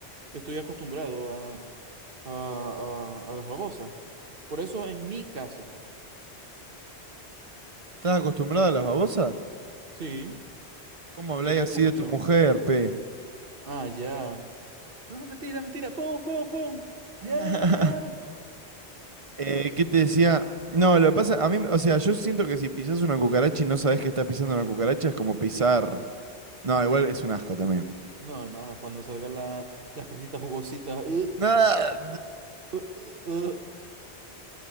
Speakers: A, on the right; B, on the right.
A: Estoy acostumbrado a, a, a, a las babosas. Por eso, en mi caso, pues.
B: ¿Estás acostumbrada a las babosas?
A: Sí,
B: ¿Cómo habláis
A: yo pesco
B: así
A: mucho.
B: de tu mujer, pe?
A: Ah, ya. No, mentira, mentira. Pum, pum, pum.
B: <laughs>
A: Ya, ya.
B: Eh, ¿qué te decía? No, lo que pasa, a mí, o sea, yo siento que si pisas una cucaracha y no sabés que estás pisando una cucaracha, es como pisar... No, igual es un asco también.
A: No, no, ah, cuando salgan la- las cositas jugositas. Uh,
B: No,
A: uh, uh, uh.